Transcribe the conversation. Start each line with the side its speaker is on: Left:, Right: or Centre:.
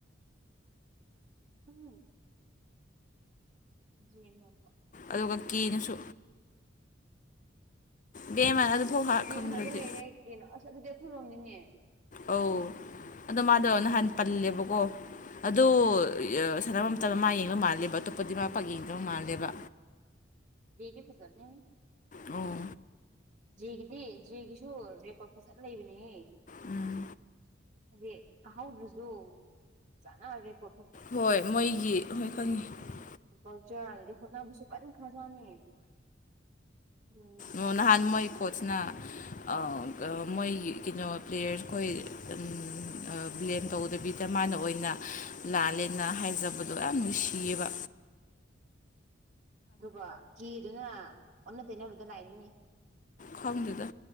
Right: <inaudible> ꯖ‌ꯦ ꯅ ꯍꯧꯕ
Left: ꯑꯗꯨꯒ ꯀꯦꯅꯁꯨ ꯕꯦꯝꯃ ꯑꯗꯨꯐꯥꯎ
Right: ꯖꯦ
Left: ꯈꯪꯗ꯭ꯔꯗꯤ
Right: ꯅ ꯍꯧꯕ ꯂꯩꯔꯦ ꯀ‌ꯦ ꯅ ꯑꯁ ꯑꯗꯨꯗꯤ ꯑꯩꯈꯣꯏꯔꯣꯝꯅꯤꯅꯦ
Left: ꯑꯧ ꯑꯗꯣ ꯃꯥꯗꯣ
Right: ꯎꯝ
Left: ꯅꯍꯥꯟ ꯄꯜꯂꯦꯕꯀꯣ ꯑꯗꯨ
Right: ꯎꯝ
Left: ꯁꯥꯟꯅ ꯇꯠꯇꯅ ꯃꯥ ꯌꯦꯡꯕ ꯃꯥꯜꯂꯦꯕ ꯑꯇꯣꯞꯄꯗꯤ ꯃꯥ ꯄꯥꯛ ꯌꯦꯡꯗꯕ ꯃꯥꯜꯂꯦꯕ
Right: ꯗꯤ ꯐꯖꯕꯅꯦꯍ‌ꯦ
Left: ꯑ‌ꯣ
Right: ꯖꯦꯒꯤꯗꯤ ꯖꯦꯒꯤꯁꯨ ꯔꯦꯀꯣꯔꯠ ꯐꯖꯅ ꯂꯩꯕꯅꯦꯍ‌ꯦ
Left: ꯎꯝ
Right: ꯍꯥꯏꯗꯤ ꯇꯥꯍꯧꯗ꯭ꯔꯁꯨ ꯆꯠꯅꯔꯦꯀꯣ
Left: ꯍꯣꯏ ꯃꯣꯏꯒꯤ ꯍ‌ꯣꯏ ꯈꯪꯉ‌ꯦ
Right: <unintelligible> ꯑꯗꯒꯤ ꯍꯣꯠꯅꯕꯁꯨ ꯀꯟꯈꯔ ꯖꯥꯠꯅ‌ꯦ ꯑꯗꯨꯗꯨꯅ
Left: ꯑꯣ ꯅꯍꯥꯟꯅ ꯃꯣꯏ ꯀꯣꯠꯆꯅ ꯑꯥ ꯃꯣꯏ ꯀꯩꯅꯣ ꯄ꯭ꯂꯦꯌꯔ ꯈꯣꯏ ꯎꯝ ꯑꯥ ꯕ꯭ꯂꯦꯝ ꯇꯧꯗꯕꯤꯗ ꯃꯥꯅ ꯑꯣꯏꯅ ꯂꯥꯜꯂꯦꯅ ꯍꯥꯏꯖꯕꯗꯣ ꯌꯥꯝ ꯅꯨꯡꯁꯤꯌꯦꯕ
Right: ꯑꯗꯨꯒ ꯀꯤꯗꯅ ꯑꯣꯟꯅ ꯇꯩꯅꯕꯗ ꯂꯥꯛꯏꯅꯤꯅ‌ꯦ
Left: ꯈꯪꯗ‌ꯦꯗ